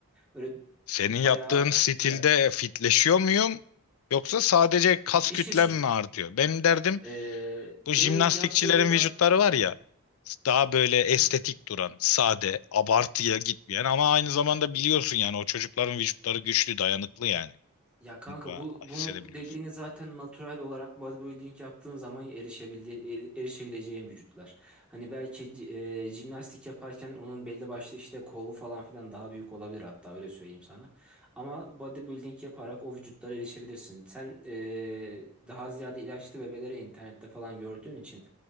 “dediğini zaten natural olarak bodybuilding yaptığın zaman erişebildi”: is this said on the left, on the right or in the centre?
Centre